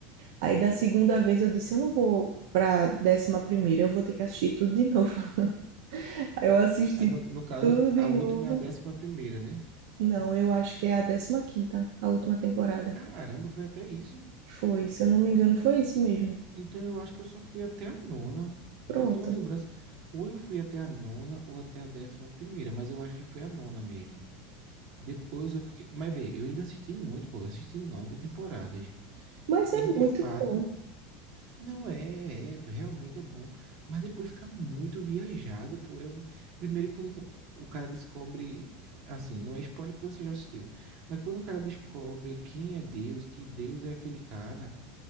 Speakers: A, on the right (about 70°); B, on the right (about 55°).
A: Aí da segunda vez eu disse, eu não vou pra décima primeira, eu vou ter que assistir tudo de novo. <laughs> Aí eu assisti
B: Aí, no, no caso,
A: tudo de
B: a
A: novo.
B: última é a décima primeira, né?
A: Não, eu acho que é a décima quinta, a última temporada.
B: Caramba, foi até isso.
A: Foi, se eu não me engano, foi isso mesmo.
B: Então eu acho que eu só fui até a nona.
A: Pronto.
B: Eu tenho uma lembrança. Ou eu fui até a nona ou até a décima primeira, mas eu acho que foi a nona mesmo. Depois eu fiquei. Mas vê, eu ainda assisti muito, pô. Eu assisti nove temporadas.
A: Mas
B: E
A: é muito
B: de fato,
A: bom.
B: não é, é, realmente é bom. Mas depois fica muito viajado, pô. Eu, primeiro, quando o cara descobre. Assim, não é spoiler porque você já assistiu. Mas quando o cara descobre quem é Deus, que Deus é aquele cara